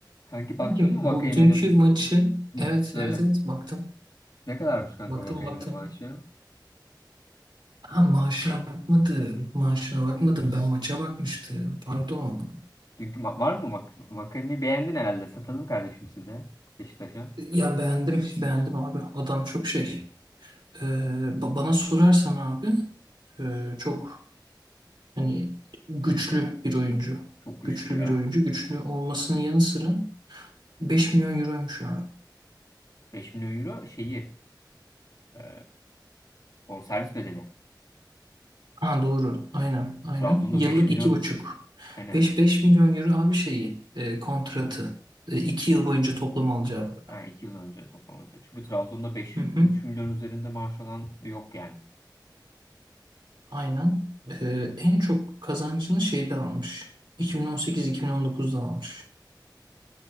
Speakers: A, on the left (about 55°); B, on the right (about 80°).
A: Kanki baktın
B: Sanki
A: mı Vakayemen'in
B: bu dünkü maçı
A: Hı.
B: evet
A: böyle?
B: evet evet baktım.
A: Ne kadarmış kanka
B: Baktım
A: Vakayemen'in
B: baktım.
A: maaşı?
B: Ha, maaşına bakmadım. Maaşına bakmadım. Ben maça bakmıştım. Pardon.
A: Dünkü ma- var mı Vak Vakayemen'i beğendin herhalde. Satalım kardeşim size Beşiktaş'a.
B: Ya beğendim. Beğendim abi. Adam çok şey. Ee, ba- bana sorarsan abi e, çok hani güçlü bir oyuncu.
A: Çok güçlü
B: Güçlü
A: ya.
B: bir oyuncu. Güçlü
A: Çok.
B: olmasının yanı sıra 5 milyon euroymuş abi.
A: beş milyon euro şeyi e, bonservis bedeli.
B: Ha doğru. Aynen. Aynen.
A: Trabzon'da
B: Yıllık
A: beş milyon
B: iki buçuk.
A: aynen.
B: Beş beş milyon euro abi şeyi e, kontratı. E, iki yıl boyunca toplam alacağı. para.
A: Ha, 2 yıl önce toplam hocam. Çünkü Trabzon'da beş
B: Hı hı.
A: 3 milyon üzerinde maaş alan yok yani.
B: Aynen. E, en çok kazancını şeyde almış. 2018-2019'da almış.